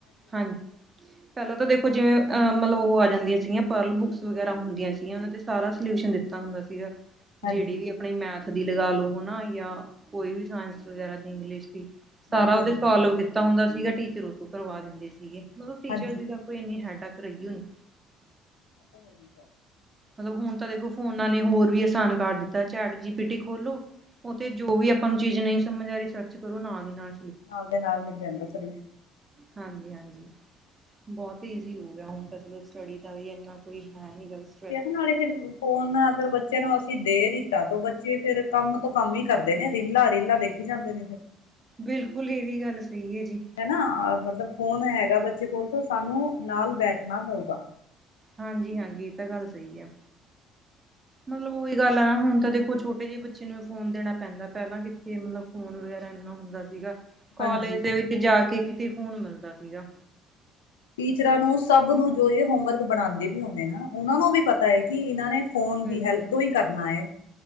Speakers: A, on the right (about 25°); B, on the left (about 80°).
A: ਹਾਂਜੀ ਪੈਲਾਂ ਤਾਂ ਦੇਖੋ ਜਿਵੇਂ ਅਹ ਮਤਲਬ ਉਹ ਆ ਰਹਿੰਦੀਆਂ ਸੀਗੀਆਂ ਪਰਲ ਬੁੱਕਸ ਵਗੈਰਾ ਹੁੰਦੀਆਂ ਸੀਗੀਆਂ ਓਨਾਂ ਤੇ ਸਾਰਾ ਸੋਲਿਊਸ਼ਨ ਦਿੱਤਾ ਹੁੰਦਾ ਸੀਗਾ
B: ਹਾਂਜੀ।
A: ਜੇੜੀ ਵੀ ਆਪਣੀ ਮੈਥ ਦੀ ਲਗਾ ਲੋ ਹੈਨ ਨਾ ਯਾਂ ਕੋਈ ਵੀ ਸਾਇੰਸ ਵਗੈਰਾ ਦੀ ਇੰਗਲਿਸ਼ ਦੀ ਸਾਰਾ
B: ਹਾਂਜੀ,
A: ਓਥੇ
B: ਹਾਂਜੀ,
A: ਸੋਲਵ ਕੀਤਾ ਹੁੰਦਾ ਸੀਗਾ ਟੀਚਰ ਓਥੋਂ ਕਰਵਾ ਦਿੰਦੇ ਸੀਗੇ ਮਤਲਬ ਟੀਚਰ
B: ਹਾਂਜੀ।
A: ਕੋਈ ਏਨੀ ਹੈਡਕ ਰਹੀਓ ਹੀ ਨੀ।
B: ਹੁਣ ਹੋ ਗੀ ਗੱਲ-
A: ਮਤਲਬ ਹੁਣ ਤਾਂ ਦੇਖੋ ਫੋਨਾਂ ਨੇ ਹੋਰ ਵੀ ਆਸਾਨ ਕਰ ਦਿੱਤਾ ਚੈਟ ਜੀਪੀਟੀ ਖੋਲੋ ਉਹ ਤੇ ਜੋ ਵੀ ਆਪਾਂ ਨੂੰ ਚੀਜ਼ ਨੀ ਸਮਝ ਆ ਰੀ ਸਰਚ ਕਰੋ ਨਾਲ ਦੀ ਨਾਲ
B: ਨਾਲ ਦੇ ਨਾਲ ਮਿਲ ਜਾਂਦਾ ਸੋਲਊਸ਼ਨ
A: ਹਾਂਜੀ-ਹਾਂਜੀ ਬੋਹਤ ਹੀ ਈਜ਼ੀ ਹੋ ਗਿਆ ਹੁਣ ਤਾਂ ਚਲੋ ਸਟੱਡੀ ਦਾ ਵੀ ਏਨਾ ਕੋਈ ਹੈ ਨੀ ਗ ਸਟਰੈ
B: ਨਾਲੇ ਫਿਰ ਫੋਨ ਅਗਰ ਬੱਚਿਆਂ ਨੂੰ ਅਸ ਦੇ ਦੀਤਾ ਤੋਂ ਬੱਚੇ ਫੇਰ ਕੰਮ ਤੋਂ ਕੰਮ ਹੀ ਕਰਦੇ ਨੇ ਰੀਲਾਂ-ਰੀਲਾਂ ਦੇਖੀ ਜਾਂਦੇ ਨੇ ਫਿਰ
A: ਬਿਲਕੁਲ ਏ ਵੀ ਗੱਲ ਸਹੀ ਐ ਜੀ
B: ਹਨਾ ਮਤਲਬ ਫੋਨ ਹੈਗਾ ਬੱਚੇ ਕੋਲ ਤੋਂ ਸਾਨੂੰ ਨਾਲ ਬੈਠਣਾ ਪਊਗਾ।
A: ਹਾਂਜੀ-ਹਾਂਜੀ ਏ ਤਾਂ ਗੱਲ ਸਹੀ ਆ ਮਤਲਬ ਉਹੀ ਗੱਲ ਐ ਨਾ ਹੁਣ ਤਾਂ ਦੇਖੋ ਛੋਟੇ ਜੇ ਬੱਚੇ ਨੂੰ ਫੋਨ ਦੇਣਾ ਪੈਂਦਾ ਪੈਲਾਂ ਕਿੱਥੇ ਮਤਲਬ ਫੋਨ ਵਗੈਰਾ ਏਨਾ ਹੁੰਦਾ ਸੀਗਾ ਕਾਲਜ
B: ਹਾਂਜੀ,
A: ਦੇ ਵਿੱਚ ਜਾ ਕੇ ਕਿਤੇ ਫੋਨ ਮਿਲਦਾ ਸੀਗਾ।
B: ਟੀਚਰਾਂ ਨੂੰ ਸਭ ਨੂੰ ਜੋ ਏ ਹੋਮਵਰਕ ਬਣਾਦੇ ਵੀ ਹੋਣੇ ਨਾ ਓਨਾਂ ਨੂੰ ਵੀ ਪਤਾ ਏ ਕਿ ਏਨਾਂ ਨੇ ਫੋਨ
A: ਬਿਲਕੁਲ
B: ਦੀ ਹੈਲਪ ਤੋਂ ਈ ਕਰਨਾ ਏ।